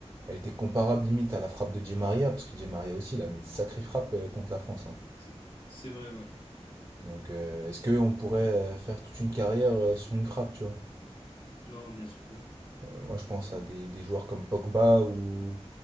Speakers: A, on the right; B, on the left.
A: a été comparable limite à la frappe de Di Maria, parce que Di Maria aussi, il a mis une sacrée frappe euh, contre la France. hein.
B: C'est c'est vrai, ouais.
A: Donc, euh, est-ce qu'on pourrait euh, faire toute une carrière euh, sur une frappe, tu vois?
B: Non, bien sûr que non.
A: Moi, je pense à des, des joueurs comme Pogba ou